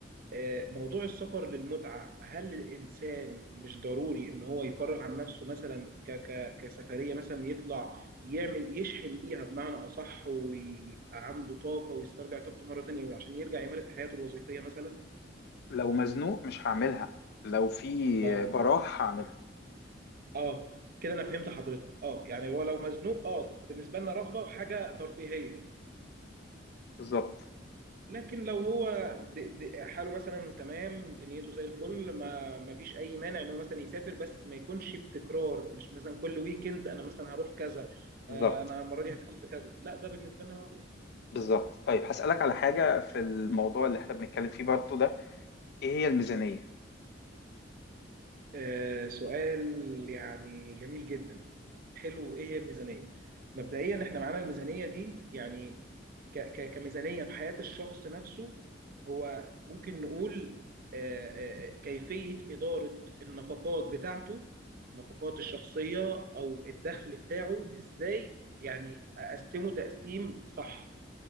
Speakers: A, on the right; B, on the left.
A: آه، موضوع السفر للمتعه هل الانسان مش ضروري ان هو يفرغ عن نفسه مثلا ك ك كسفريه مثلا يطلع يعمل يشحن بيها بمعنى اصح ويبقى عنده طاقه ويسترجع طاقته مره تانية عشان يرجع يمارس حياته الوظيفيه مثلا
B: لو مزنوق مش هعملها لو في
A: اه
B: براح هعملها
A: اه كده انا فهمت حضرتك اه يعني هو لو مزنوق اه بالنسبه لنا رغبه وحاجه ترفيهيه
B: <clears throat> بالظبط
A: لكن لو هو د- د- حاله مثلا تمام دنيته زي الفل ما ما فيش اي مانع ان هو مثلا يسافر بس ما يكونش بتكرار مش مثلا كل ويكند انا مثلا هروح كذا
B: بالظبط
A: آه، انا المره دي هسافر كذا لا ده بالنسبه لنا
B: بالظبط طيب هسألك على حاجة في الموضوع اللي احنا بنتكلم فيه برضو ده ايه هي الميزانية
A: آه، سؤال يعني جميل جدا حلو ايه هي الميزانية مبدئيا احنا معانا الميزانية دي يعني ك ك كميزانية في حياة الشخص نفسه هو ممكن نقول آه، آه، كيفية إدارة النفقات بتاعته النفقات الشخصية او الدخل بتاعه ازاي يعني اقسمه تقسيم صح